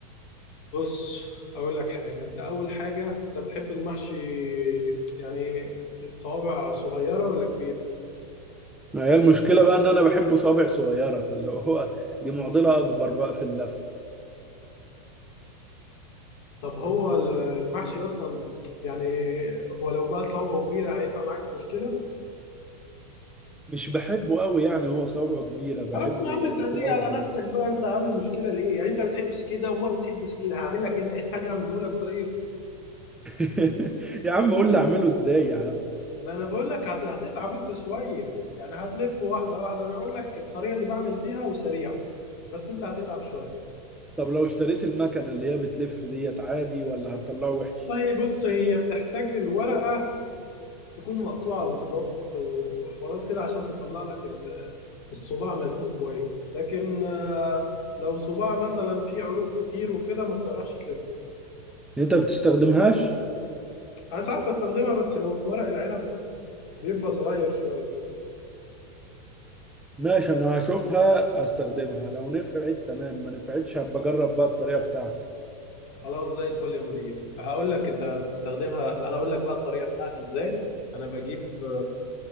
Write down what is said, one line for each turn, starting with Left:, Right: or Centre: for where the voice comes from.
Left: بص اقول لك حاجة انت اول حاجة انت بتحب المحشي يعني الصوابع صغيرة ولا كبير
Centre: ما هي المشكلة بقى إن أنا بحبه صوابع صغيرة فاللي هو دي معضلة أكبر بقى في اللف
Left: طب هو ال- المحشي اصلا يعني هو لو بقى صوابعه كبيرة هيبقى معاك مشكلة
Centre: مش بحبه قوي يعني هو صوابعه كبيرة بحبه
Left: خلاص يا عم انت هتيجي
Centre: صغير
Left: على نفسك
Centre: أكتر.
Left: بقى انت عامل مشكلة ليه يعني انت بتحبش كده وما بتحبش كده هعمل لك هنا <laughs> حاجة اعمله لك طيب
Centre: <laughs> يا عم قول لي أعمله إزاي يا عم
Left: ما انا بقول لك هت- هتتعب انت شويه يعني هتلف واحده واحده انا اقول لك الطريقه اللي بعمل بيها وسريعه بس انت هتتعب شويه
Centre: طب لو اشتريت المكنة اللي هي بتلف ديت عادي ولا هتطلعه وحش
Left: طيب بص هي بتحتاج الورقه تكون مقطوعه بالظبط و- وحوارات كده عشان تطلع لك ال- الصباع ملفوف كويس لكن آه، لو صباع مثلا فيه عروق كتير وكده ما بتعرفش تلف
Centre: أنت ما بتستخدمهاش
Left: انا ساعات بستخدمها بس لو في ورق العنب بيبقى صغير شويه
Centre: ماشي أنا هشوفها هستخدمها لو نفعت تمام ما نفعتش هبقى أجرب بقى الطريقة بتاعتك
Left: خلاص زي الفل يا مدير هقول لك انت بتستخدمها انا اقول لك بقى الطريقه بتاعتي ازاي انا بجيب